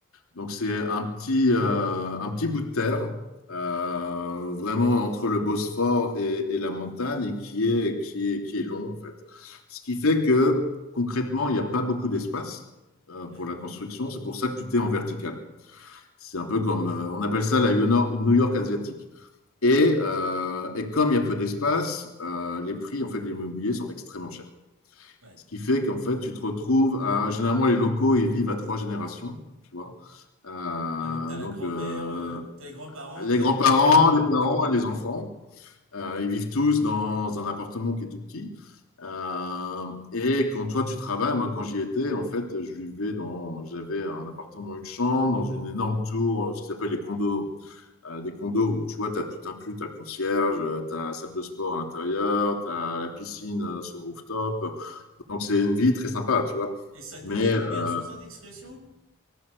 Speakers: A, on the left; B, on the right.
A: Donc c'est un petit, euh, un petit bout de terre, euh, vraiment entre le Bosphore et, et la montagne, et qui est, qui est, qui est long en fait. Ce qui fait que concrètement, il n'y a pas beaucoup d'espace euh, pour
B: Ouais,
A: la construction. C'est pour ça que tout est en vertical. C'est un peu comme, euh, on appelle ça la New York asiatique. Et, euh, et comme il y a peu d'espace, euh, les prix en fait de l'immobilier sont extrêmement chers.
B: ouais.
A: Ce qui fait qu'en fait, tu te retrouves à. Généralement, les locaux, ils vivent à trois générations, tu vois. Euh,
B: Ah, donc t'as la
A: donc,
B: grand-mère,
A: euh,
B: euh, t'as les grands-parents,
A: les
B: t'as
A: grands-parents,
B: les parents et les enfants.
A: les parents et les enfants, euh, ils vivent tous dans un appartement qui est tout petit. Euh, et quand toi tu travailles, moi quand j'y étais, en fait, je vivais dans, j'avais un appartement, une chambre, dans une énorme tour, euh, ce qu'ils appellent les condos, euh, des condos où tu vois, tu as tout inclus, tu as concierge, tu as salle de sport à l'intérieur, tu as la piscine euh, sur le rooftop, donc, c'est une vie très sympa, tu vois.
B: Et ça coûtait
A: Mais
B: combien
A: euh,
B: sans indexation?